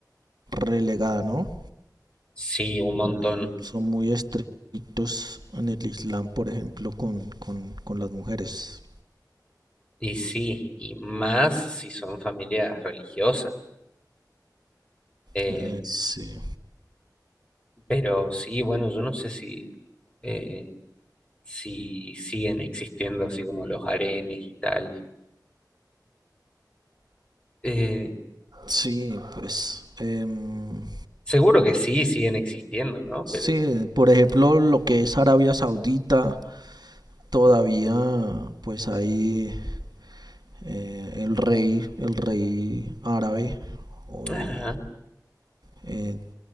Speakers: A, on the right; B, on the left.
A: relegada, ¿no?
B: Sí, un montón.
A: Eh, son muy estrictos en el Islam, por ejemplo, con, con, con las mujeres.
B: Y sí, y más si son familias religiosas. Eh,
A: Eh, sí.
B: pero sí, bueno, yo no sé si, eh, si siguen existiendo así como los harenes y tal. Eh,
A: Sí, pues em,
B: seguro que sí, siguen existiendo, ¿no?
A: sí,
B: Pero,
A: por ejemplo, lo que es Arabia Saudita, todavía pues ahí eh, el rey, el rey árabe, o
B: ajá.
A: el, eh,